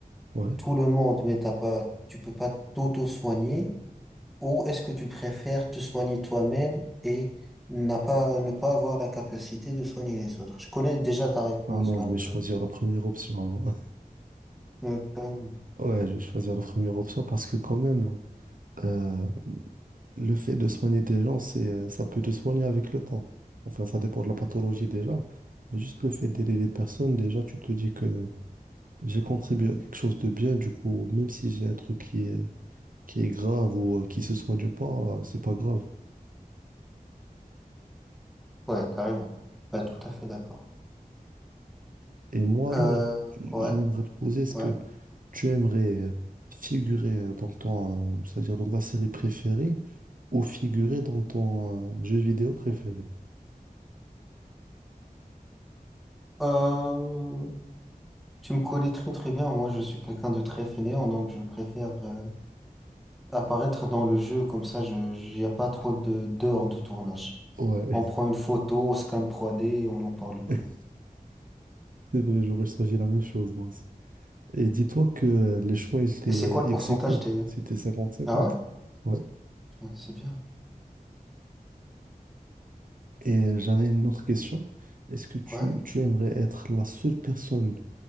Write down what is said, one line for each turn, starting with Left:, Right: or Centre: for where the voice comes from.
Right: Ouais.
Centre: tout le monde, mais t'as pas, tu peux pas t'auto-soigner, ou est-ce que tu préfères te soigner toi-même et n'a pas, ne pas avoir la capacité de soigner les autres? Je connais déjà ta réponse,
Right: Ah non,
Centre: donc.
Right: je vais choisir la première option. moi. <laughs>
Centre: euh, euh,
Right: Ouais, je vais choisir la première option parce que quand même, euh, le fait de soigner des gens, c'est, euh, ça peut te soigner avec le temps. Enfin, ça dépend de la pathologie déjà. Mais juste le fait d'aider les personnes, déjà, tu te dis que j'ai contribué à quelque chose de bien. Du coup, même si j'ai un truc qui est qui est grave ou euh, qui se soigne pas, euh, c'est pas grave.
Centre: Ouais, carrément. Ouais, tout à fait d'accord.
Right: Et moi, alors,
Centre: Euh, ouais,
Right: j'aimerais te poser, est-ce
Centre: ouais.
Right: que tu aimerais euh, figurer euh, dans ton, euh, c'est-à-dire dans ta série préférée ou figurer dans ton euh, jeu vidéo préféré?
Centre: Euh, tu me connais très très bien. Moi, je suis quelqu'un de très fainéant, donc je préfère euh, apparaître dans le jeu comme ça. Je, il n'y a pas trop de d'heures de tournage.
Right: Ouais,
Centre: On prend une photo, scan trois d et on n'en parle plus.
Right: <laughs> c'est vrai, j'aurais choisi la même chose, moi aussi. Et dis-toi que euh, les choix étaient
Centre: Et c'est quoi le pourcentage
Right: ex aequo,
Centre: des...
Right: c'était cinquante cinquante.
Centre: Ah ouais?
Right: Ouais.
Centre: Ouais, C'est bien.
Right: Et euh, j'avais une autre question. Est-ce que tu,
Centre: Ouais.
Right: tu aimerais être la seule personne